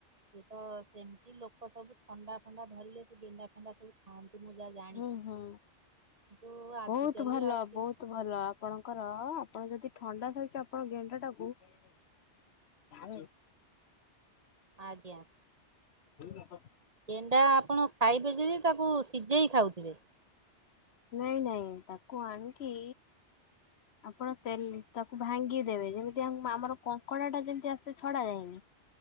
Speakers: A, on the right (about 35°); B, on the left (about 65°).
A: ସିଏ ତ ସେମିତି ଲୋକ ସବୁ ଥଣ୍ଡା ଥଣ୍ଡା <unintelligible> ସେ ବିଣ୍ଡା ଫେଣ୍ଡା ସବୁ ଖାଆନ୍ତି ମୁଁ ଯାହା ଜାଣିଛି।
B: ହୁଁ ହୁଁ।
A: କିନ୍ତୁ ଆଜିକାଲି
B: ବହୁତ ଭଲ
A: ଆଉ
B: ବହୁତ ଭଲ। ଆପଣଙ୍କର ଆପଣ ଯଦି ଥଣ୍ଡା ଧଇଛି ଆପଣ ଗେଣ୍ଡା ଟାକୁ ତା
A: ଆଜ୍ଞା।
B: ହୁଁ।
A: ଏଣ୍ଡା ଆପଣ ଖାଇବେ ଯଦି ତାକୁ ସିଝେଇ ଖାଉଥିବେ।
B: ନାଇଁ ନାଇଁ ତାକୁ ଆଣ କିି? ଆପଣ ତେଲ ତାକୁ ଭାଙ୍ଗି ଦେବେ ଯେମିତି ଆମର କଙ୍କଡା ଟା ଯେମିତି ଆସେ ଛଡା ଯାଏନି।